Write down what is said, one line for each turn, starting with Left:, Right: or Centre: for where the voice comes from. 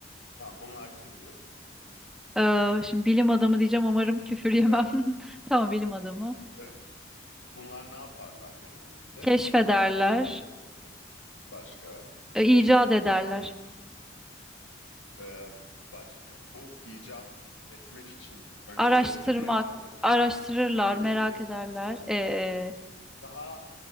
Left: Tamam bunlar kimdir?
Centre: Ee, şimdi bilim adamı diyeceğim umarım küfür yemem.
Left: Evet,
Centre: <laughs> Tamam bilim adamı.
Left: evet. Bunlar ne yaparlar genellikle?
Centre: Keşfederler,
Left: İşte öyle bence. Başka?
Centre: e, icat ederler.
Left: Ee, başka bu icat etmek için öncelerinde
Centre: Araştırmak,
Left: ne yapmaları gerekiyor?
Centre: araştırırlar,
Left: Gibi
Centre: merak
Left: gibi.
Centre: ederler. Ee,
Left: Daha